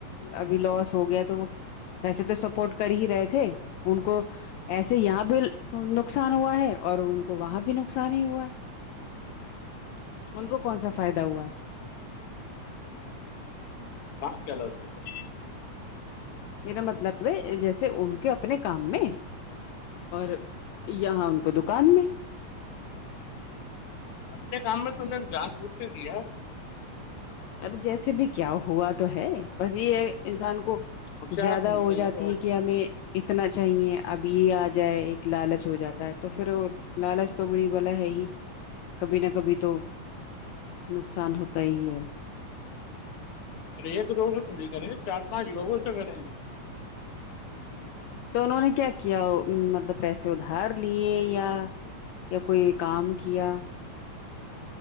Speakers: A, on the left (about 75°); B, on the left (about 55°).
A: ابھی لوس ہو گیا تو وہ ویسے تو سپورٹ کر ہی رہے تھے ان کو ایسے یہاں بھی نقصان ہوا ہے اور ان کو وہاں بھی نقصان ہی ہوا ہے ان کو کون سا فائدہ ہوا ہے
B: کہاںپ کیالا س ہوں ج
A: میرا مطلب ہے جیسے ان کے اپنے کام میں اور یہاں ان کو دکان میں
B: اپنے کام میں تو نے گاس پچ سے دیا
A: ارے جیسے بھی کیا ہوا تو ہے بس یہ انسان کو
B: ہوشیار
A: زیادہ
B: بنتے
A: ہو
B: ہیں
A: جاتی
B: نا بہت
A: ہے کہ ہمیں اتنا چاہیے اب یہ آ جائے ایک لالچ ہو جاتا ہے تو پھر لالچ تو بری بلا ہے ہی کبھی نہ کبھی تو نقصان ہوتا ہیے
B: ارے ایک دو ست تھوڑی کرے چار پانچ واگ سا کریںے ہیں
A: تو انوں نے کیا کیا مطلب پیسے ادھار لیے یا یا کوئی کام کیا